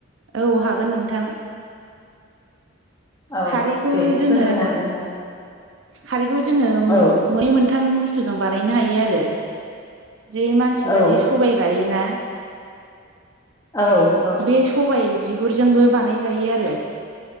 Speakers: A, on the right (about 65°); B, on the left (about 15°).
A: औ हागोन नोंथां
B: औ
A: खारैखौ
B: दे एसे
A: जोङो
B: फोरमायना होदो होमबा
A: खारैखौ जोङो
B: औ
A: मै मोनथाम बुस्थुजों बानायनो हायो आरो बे मानसिफ्रादि
B: औ
A: सबाय गायोना
B: औ औ
A: बे सबाय बिगुरजोंबो बानायजायो आरो